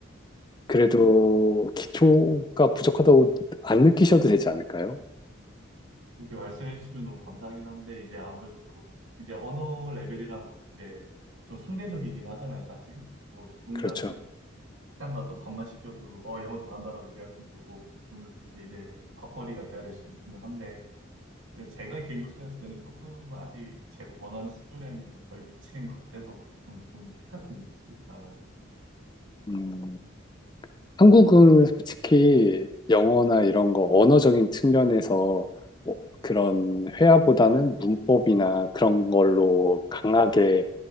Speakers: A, on the left; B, on the right.
A: 그래도 기초가 부족하다고 안 느끼셔도 되지 않을까요?
B: 그렇게 말씀해 주시면 너무 감사하긴 한데, 이제 아무래도 이제 언어 레벨이라는 건 이제 좀 상대적이긴 하잖아요, 사실. 뭐 누군가한테는
A: 그렇죠.
B: 식당 가서 밥만 시켜도 어, 영어 잘한다라고 얘기할 수 있는 거고, 그분은 그게 이제 밥벌이가 돼야 될 수도 있기는 한데, 근데 제가 개인적으로 생각했을 때는 조금 아직 제가 원하는 수준에는 좀 덜 미치는 것 같아서 혹시 좀 좋은 팁 같은 게 있을까?
A: 음, 한국은 솔직히 영어나 이런 거 언어적인 측면에서 뭐 그런 회화보다는 문법이나 그런 걸로 강하게